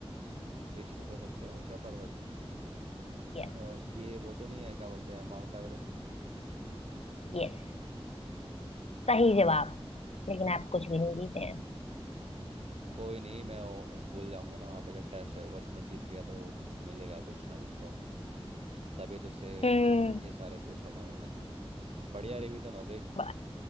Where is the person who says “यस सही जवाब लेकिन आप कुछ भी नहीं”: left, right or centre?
Left